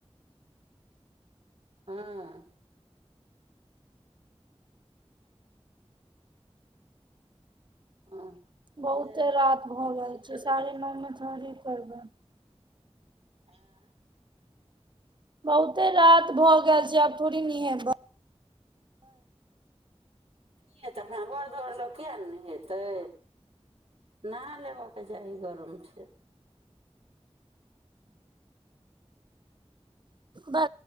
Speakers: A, on the right; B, on the right.
A: हँ हँ
B: बहुते
A: जे की
B: रात भऽ गेल
A: करबै
B: छै साढ़े
A: की
B: नओ मे थोड़े करबै
A: आँ
B: बहुते रात भऽ गेल छै आब थोड़ी नहै
A: की हेतै अपना घर दुर लोक कििया नहि ने हेतै नहा लेबय के चाही गरम छै
B: ब